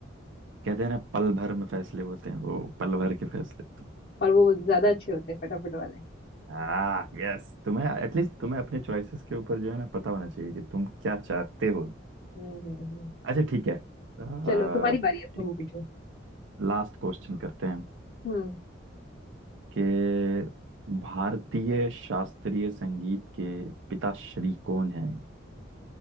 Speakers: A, on the right; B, on the left.
A: कहते हैं ना पल भर में फैसले होते हैं वो पल भर के फैसले तो
B: और वो ज्यादा अच्छे होते हैं फटाफट वाले
A: हाँ यस तुम्हें एटलीस्ट तुम्हें अपने चॉइसेस के ऊपर जो है ना पता होना चाहिए कि तुम क्या चाहते हो
B: हम्म हम्म हम्म।
A: अच्छा ठीक है अह,
B: चलो तुम्हारी बारी अब तुम
A: एक
B: पूछो
A: लास्ट क्वेश्चन करते हैं
B: हम्म
A: कि भारतीय शास्त्रीय संगीत के पिताश्री कौन हैं